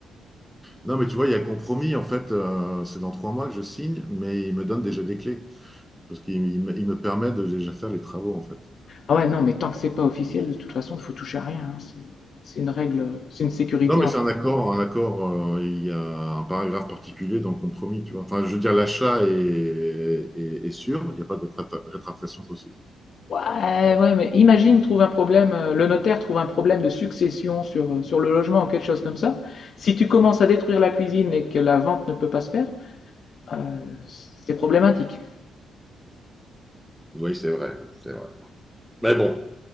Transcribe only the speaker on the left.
Ah ouais, non, mais tant que c'est pas officiel, de toute façon, il faut toucher à rien. hein. C'est c'est une règle, c'est une sécurité
en
Ouais, ouais, mais imagine, trouve un problème, euh, le notaire trouve un problème de succession sur, euh, sur le logement ou quelque chose comme ça. Si tu commences à détruire la cuisine et que la vente ne peut pas se faire, euh, c'est problématique.